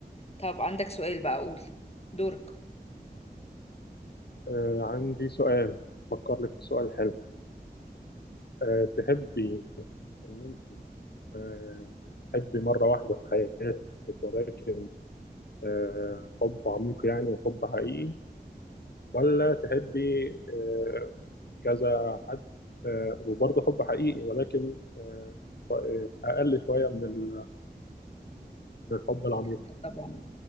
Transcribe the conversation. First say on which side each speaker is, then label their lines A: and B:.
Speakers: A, on the left; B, on the left.
A: طب عندك سؤال بقى اقول دورك
B: آه عندي سؤال فكر لك في سؤال حلو آه تحبي ان انت آه، حبي مرة واحدة في حياتك ولكن آه، حب عميق يعني وحب حقيقي ولا تحبي آه، كذا حد آه، وبرضه حب حقيقي ولكن آه، أقل شوية من ال- من الحب العميق
A: لا طبعا